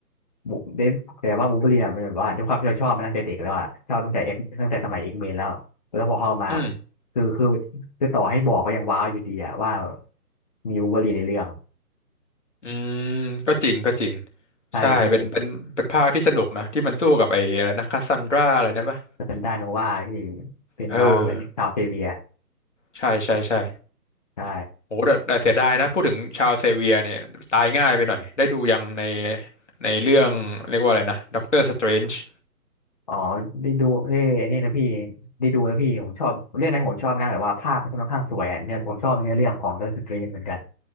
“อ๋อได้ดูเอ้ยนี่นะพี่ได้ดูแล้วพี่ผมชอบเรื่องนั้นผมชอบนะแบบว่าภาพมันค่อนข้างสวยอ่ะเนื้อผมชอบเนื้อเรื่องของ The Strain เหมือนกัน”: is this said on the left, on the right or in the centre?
Left